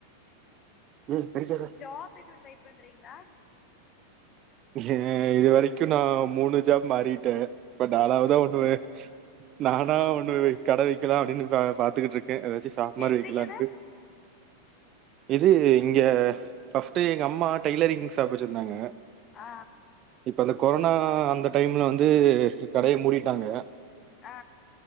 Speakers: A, on the right; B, on the left.
A: ஏய் கடிக்காத
B: ஜாப் எதுவு ட்ரை பண்றீங்ளா
A: ஏ இது வரைக்கு நா மூணு ஜாப் மாறிட்டே பட் ஆளாவதா ஒண்ணுமே நானா ஒண்ணு கட வெக்கலா அப்டின்னு பா பாத்துகிட்டு ஏதாச்சி சாப் மாரி
B: எந்த
A: வெக்கலான்ட்டு
B: கட
A: இது இங்க பஸ்ட்டு எங்க அம்மா டெய்லரிங் சாப் வச்சிருந்தாங்க
B: ஆ
A: இப்ப அந்த கொரோனா அந்த டைம்ல வந்து கடைய மூடிட்டாங்க
B: ஆ